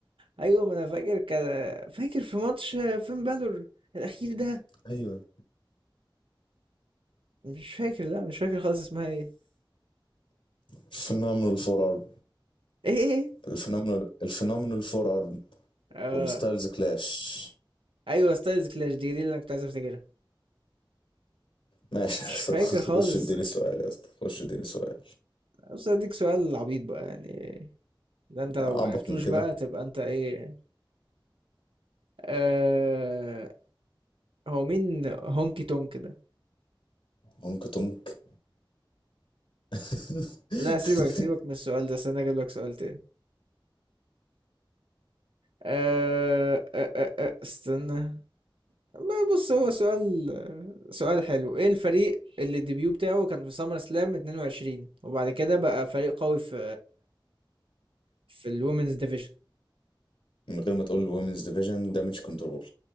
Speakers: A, on the right; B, on the left.
A: أيوة ما أنا فاكر كده فاكر في ماتش آه، فين بالور الأخير ده
B: ايوه
A: مش فاكر لا مش فاكر خالص اسمها إيه
B: فينومينال فور ارم
A: إيه إيه إيه؟
B: الفينومينال الفينومينال فور ارم
A: آه.
B: والستايلز كلاش
A: ايوه ستايلز كلاش دي دي اللي انا كنت عايز افتكرها
B: ماشي
A: مش فاكر
B: <laughs>
A: خالص
B: خش اديني سؤال يا اسطى خش اديني سؤال
A: بس اديك سؤال عبيط بقى يعني ده انت لو
B: اعبط
A: معرفتوش
B: من كده
A: بقى تبقى انت ايه آه هو مين هونكي تونك ده
B: هونك تونك <laughs>
A: لا سيبك سيبك من السؤال ده استنى اجيب لك سؤال تاني آه آه آه آه استنى ما بص هو سؤال سؤال حلو ايه الفريق اللي الديبيو بتاعه كان في سمر سلام 22 وبعد كده بقى فريق قوي في في الومنز ديفيجن
B: من غير ما تقول الومنز ديفيجن دامج كنترول